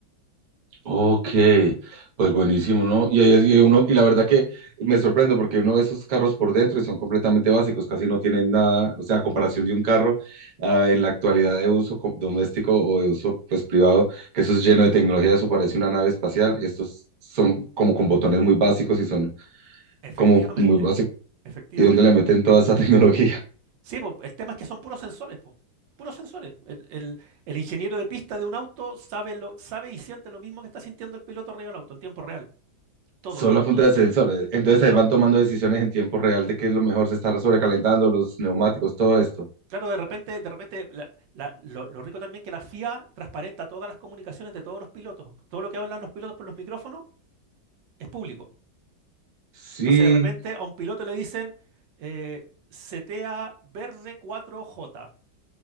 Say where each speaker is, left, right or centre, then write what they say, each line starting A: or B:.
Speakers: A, on the right (about 55°); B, on the right (about 75°).
A: Ok, pues buenísimo, ¿no? Y, ahí es- y uno, y la verdad que me sorprendo porque uno ve esos carros por dentro y son completamente básicos, casi no tienen nada, o sea, a comparación de un carro ah, en la actualidad de uso co- doméstico o de uso pues privado, que eso es lleno de tecnología, eso parece una nave espacial, estos son como con botones muy básicos y son
B: Efectivamente,
A: como muy básicos,
B: efectivamente.
A: ¿y dónde le meten toda esa <laughs> tecnología?
B: Sí, po, el tema es que son puros sensores, po, Puros sensores. El, el- el ingeniero de pista de un auto sabe, lo, sabe y siente lo mismo que está sintiendo el piloto arriba del auto en tiempo real. Todo,
A: Solo
B: todo,
A: a punta
B: todo,
A: de
B: todo.
A: sensores, entonces ahí
B: Sol-
A: van tomando decisiones en tiempo real de qué es lo mejor, se está sobrecalentando los neumáticos, todo esto.
B: Claro, de repente, de repente, la- la- lo, lo rico también que la FIA transparenta todas las comunicaciones de todos los pilotos. Todo lo que hablan los pilotos por los micrófonos es público.
A: Sí.
B: Entonces, de repente, a un piloto le dicen eh, setea verde 4J.